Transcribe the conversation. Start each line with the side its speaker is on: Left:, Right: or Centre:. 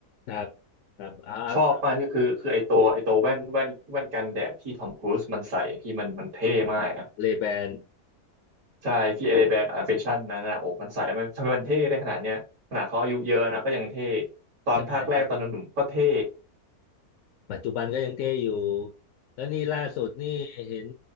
Left: ครับครับอาร์ต
Right: ชอบมากก็คือคือไอตัวไอตัวแว่นแว่นแว่นกันแดดที่ทอมครูซมันใส่พี่มันมันเท่มากนะ
Left: เลแบน
Right: ใช่ที่เอเลแบนอ a ร i เฟชันนั้นนะโอ้มันใส่มันทำไมมันเท่ได้ขนาดเนี้ยขนาดเขาอายุเยอะนะก็ยังเท่ตอนภาคแรกตอนหนุ่มๆก็เท่
Left: ใช่ ปัจจุบันก็ยังเท่อยู่ แล้วนี่ล่าสุดนี่เห็น